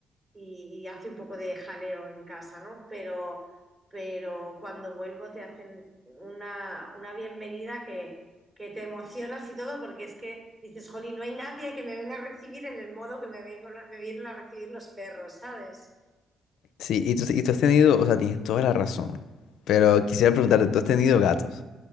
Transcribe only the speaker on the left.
Sí, y tú, y tú has tenido, o sea, tienes toda la razón, pero quisiera preguntarte, ¿tú has tenido gatos